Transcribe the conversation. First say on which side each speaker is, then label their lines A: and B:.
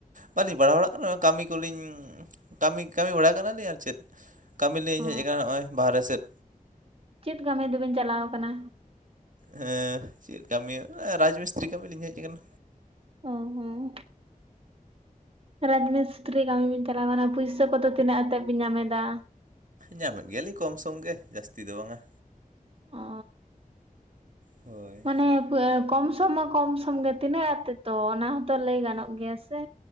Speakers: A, on the right; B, on the right.
A: ᱵᱟᱹᱞᱤᱧ ᱯᱟᱲᱦᱟᱣ ᱵᱟᱲᱟᱜ ᱠᱟᱱᱟ ᱠᱟᱹᱢᱤ ᱠᱚᱞᱤᱧ ᱠᱟᱹᱢᱤ ᱠᱟᱹᱢᱤ ᱵᱟᱲᱟ ᱠᱟᱱᱟᱞᱤᱧ ᱟᱨ ᱪᱮᱫ ᱠᱟᱹᱢᱤ ᱞᱤᱧ
B: ᱚ
A: ᱦᱮᱡ ᱠᱟᱱᱟ ᱱᱚᱜᱼᱚᱭ ᱵᱟᱦᱨᱮ ᱥᱮᱫ
B: ᱪᱮᱫ ᱠᱟᱹᱢᱤ ᱫᱚᱵᱤᱱ ᱪᱟᱞᱟᱣ ᱠᱟᱱᱟ
A: ᱦᱮᱸ ᱪᱮᱫ ᱠᱟᱹᱢᱤ ᱨᱟᱡᱽ ᱢᱤᱥᱛᱨᱤ ᱠᱟᱹᱢᱤ ᱞᱤᱧ ᱦᱮᱡ ᱠᱟᱱᱟ
B: ᱚ ᱦᱚᱸ ᱨᱟᱡᱽᱢᱤᱥᱛᱨᱤ ᱠᱟᱹᱢᱤ ᱵᱤᱱ ᱪᱟᱞᱟᱣ ᱠᱟᱱᱟ ᱯᱩᱭᱥᱟᱹ ᱠᱚᱫᱚ ᱛᱤᱱᱟᱹᱜ ᱟᱛᱮᱫ ᱵᱤᱱ ᱧᱟᱢ ᱮᱫᱟ
A: ᱧᱟᱢᱮᱫ ᱜᱮᱭᱟᱞᱤᱧ ᱠᱚᱢ ᱥᱚᱢ ᱜᱮ ᱡᱟᱹᱥᱛᱤ ᱫᱚ ᱵᱟᱝᱼᱟ
B: ᱚ
A: ᱦᱳᱭ
B: ᱢᱟᱱᱮ ᱠᱚᱢ ᱥᱚᱢ ᱢᱟ ᱠᱚᱢ ᱥᱚᱢ ᱜᱮ ᱛᱤᱱᱟᱹᱜ ᱟᱛᱮ ᱛᱚ ᱚᱱᱟ ᱦᱚᱸᱛᱚ ᱞᱟᱹᱭ ᱜᱟᱱᱚᱜ ᱜᱮᱭᱟ ᱥᱮ